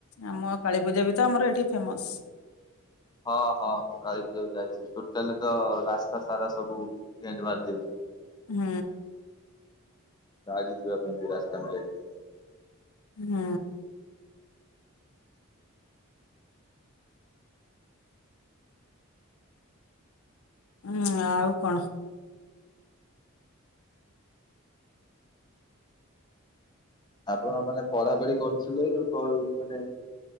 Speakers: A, on the left; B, on the left.
A: ଆମ କାଳୀପୂଜାବି ତଆମର ଏଠି ଫେମସ୍।
B: ହଁ ହଁ ମୁଁ କାଳୀ ପୂଜାକୁ ଯାଇଛି ଟୋଟାଲିତ ରାସ୍ତା ସାରା ସବୁ ଟେଣ୍ଟେ ମାରି ଦିଅନ୍ତି।
A: ହୁଁ।
B: ଗାଡ଼ି ଯିବା ପାଇଁ ବି ରାସ୍ତା ମିଳେନି।
A: ହୁଁ। ଉଁ ଆଉ କଣ।
B: ଆପଣ ମାନେ ପଢାପଢି କରୁଥିଲେ କରୁ ମାନେ